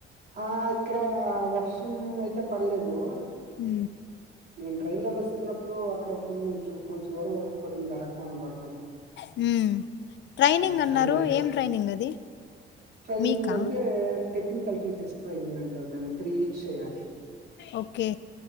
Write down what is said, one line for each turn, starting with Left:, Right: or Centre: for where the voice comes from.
Right: ఆ ఇక్కడ వర్షం అయితే పడలేదు
Left: హ
Right: నేను ట్రైన్ లో వస్తున్నప్పుడు అక్కడ కొంచ కొంచెం దూరం వరకు పడింది రక్వానం వరకు
Left: హ్మ్ ట్రైనింగ్
Right: మళ్ళా పడలేదు.
Left: అన్నారు ఏం ట్రైనింగ్ అది
Right: ట్రైనింగ్
Left: మీకా
Right: అంటే టెక్నికల్ టీచర్స్ ట్రైనింగ్ అంటారు దాన్ని త్రీ వీక్స్ చేయ్యాలి
Left: ఓకే